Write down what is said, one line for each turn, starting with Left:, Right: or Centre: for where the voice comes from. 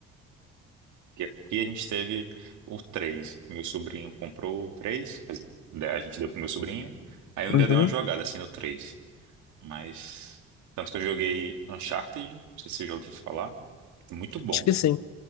Right: E aqui a gente teve o três Meu sobrinho comprou o 3, quer dizer, né, a gente deu pro meu sobrinho. Aí eu ainda
Left: Uhum.
Right: dei uma jogada assim no três Mas. Tanto que eu joguei Uncharted, não sei se você já ouviu falar. Muito bom.
Left: Acho que sim.